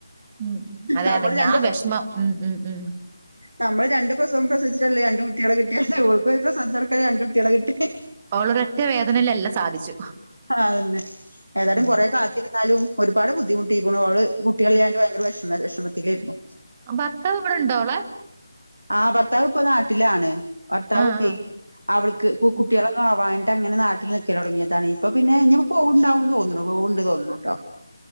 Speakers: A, on the right; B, on the right.
A: ഉം അതെ
B: നമ്മള്
A: തെ
B: രണ്ട്
A: ആ
B: പ്ര
A: വിഷമം മ് മ് മ്.
B: നമ്മള് രണ്ട് പ്രസവം പ്രസിച്ചിട്ടല്ലേ രണ്ട് കുട്ടികളെ കിട്ടിയ ഓൾ ഒരു പ്രസവത്തോടെ രണ്ടുട്ട്യാളെ കിട്ടി.
A: ഓളൊരൊറ്റ വേദനയിൽ എല്ലാം സാധിച്ചു.
B: ആതന്നെ ഏതായാലും
A: ഉം
B: കുറെ കാത്തിരുന്നാലും ഒരുപാട് ബുദ്ധിമുട്ടിക്ക്ണോള്. കുട്ടികളില്ലാണ്ട്
A: ഉം
B: ഭയങ്കര വിഷമ വിഷമത്തിലയ്രുന്നു.
A: ഭർത്താവ് ബടെ ണ്ടോളെ?
B: ആ ഭർത്താാവ് ഇപ്പ നാട്ടിലാണ് ഭർത്താവ്പ്പ
A: ആഹ് ആഹ്
B: അവൾക്ക് കു കു
A: ഉം
B: കുട്ടികളൊന്നും ആവായ് അങ്ങനെ നാട്ടിൽ നിൽക്കലൊട്ങ്ങിയതാണ് ഇപ്പൊ പിന്നെ ഇനി പോകുണ്ടാവുംന്ന് തോന്നണു പോവ്ണ്ട് തോന്നണുട്ടോ.